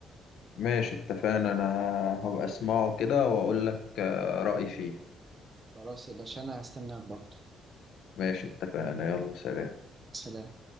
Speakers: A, on the left; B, on the right.
A: ماشي اتفقنا أنا هبقى أسمعه كده وأقول لك آه، رأيي فيه
B: خلاص يا باشا أنا هستناك برضه
A: ماشي اتفقنا يلا سلام
B: سلام